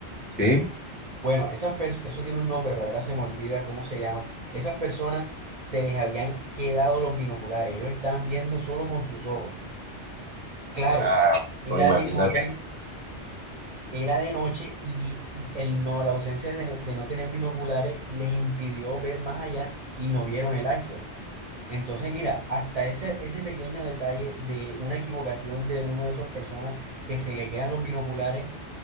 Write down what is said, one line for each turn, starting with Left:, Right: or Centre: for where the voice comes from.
Left: Sí.
Right: Bueno, esas pers- eso tiene un nombre, pero ahora se me olvida cómo se llama. Esas personas se les habían quedado los binoculares, ellos estaban viendo solo con sus ojos. Claro,
Left: Ah,
Right: era
Left: no, imagínate.
Right: de noche, era de noche y el no, la ausencia de, ne- de no tener binoculares les impidió ver más allá y no vieron el iceberg. Entonces, mira, hasta ese, ese pequeño detalle de una equivocación de uno de esos personas que se le quedan los binoculares